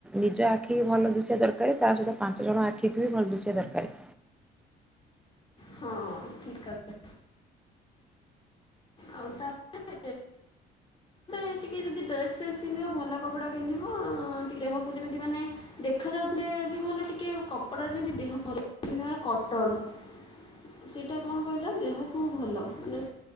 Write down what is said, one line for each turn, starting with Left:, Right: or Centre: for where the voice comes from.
Centre: ନିଜ ଆଖି ଭଲ ଦୂଷିବା ଦରକାର ତା ସହିତ ପାଞ୍ଚ ଜଣ ଆଖିକୁ ବି ଭଲ ଦୁଷିବା ଦରକାର।
Left: ହଁ ଠିକ କଥା ଆଉ ତ <unintelligible> ଟିକେ ଯଦି ଡ୍ରେସ ଫେସ୍ ପିନ୍ଧିବ ଭଲ କପଡା ପିନ୍ଧିବ ଟିକେ ଦେହକୁ ଯେମିତି ମାନେ ଦେଖା ଯାଉଥିଲେ ବି ଭଲ ଟିକେ କପଡା ଯେମିତି ଦେହ ଭଲ ଯେମିତି କଟନ ସେଇଟା କଣ କହିଲ ଦେହକୁ ଭଲ ମାନେ